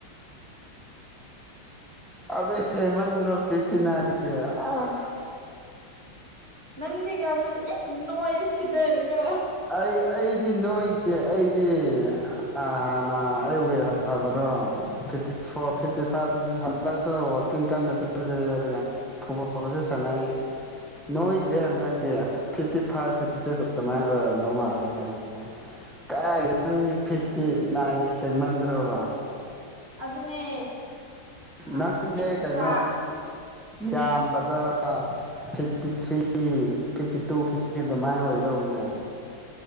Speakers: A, in the centre; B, on the right.
A: ꯑꯗꯨ ꯍꯦꯃꯟ꯭ꯔꯣ ꯐꯤꯐꯇꯤ ꯅꯥꯏꯟꯗꯨꯗꯤ ꯑꯥ
B: ꯅꯪꯗꯤ ꯀꯌꯥꯅꯪ ꯏꯁ ꯅꯣꯏ ꯁꯤꯗꯔꯤꯔꯥ
A: ꯑꯩ ꯑꯩꯗꯤ ꯅꯣꯏꯗ‌ꯦ ꯑꯩꯗꯤ ꯍꯥꯟꯅ ꯑꯩꯋ ꯐꯕꯗꯣ ꯐꯤꯇꯤ ꯐꯣꯔ ꯐꯤꯐꯇꯤ ꯐꯥꯏꯚ ꯐꯤꯇꯤ <unintelligible> ꯍꯟꯗꯛꯁꯨ ꯋꯥꯛꯀꯤꯡ ꯀꯟꯅ ꯆꯦꯜꯂꯤ ꯑꯗꯨꯒ ꯐꯨꯠ ꯕꫭꯜꯁꯨ ꯁꯥꯅꯩ ꯅꯣꯏꯗ꯭ꯔꯦ ꯍꯟꯗꯛꯇꯤ ꯐꯤꯐꯇꯤ ꯐꯥꯏꯚ ꯐꯤꯞꯇꯤ ꯁꯤꯛꯁ ꯑꯗꯨꯃꯥꯏꯅ ꯑꯣꯏꯔꯕ ꯗꯂ <unintelligible> ꯀꯥꯏ ꯅꯪꯗꯤ
B: ꯐꯥꯏꯚ
A: ꯐꯤꯐꯇꯤ
B: ꯁꯤꯛꯁ
A: ꯅꯥꯏꯟ ꯍꯦꯟꯃꯟꯗ꯭ꯔꯣꯕ
B: ꯑꯗꯨꯅꯦ ꯑꯁ
A: ꯅꯪꯁꯦ
B: ꯑꯦꯛꯁꯇ꯭ꯔꯥ
A: ꯀꯩꯅꯣ ꯌꯥꯝꯕꯗ fifty three fifty two fifty three ꯑꯗꯨꯃꯥꯏꯅ ꯑꯣꯏꯗꯧꯕꯅꯦ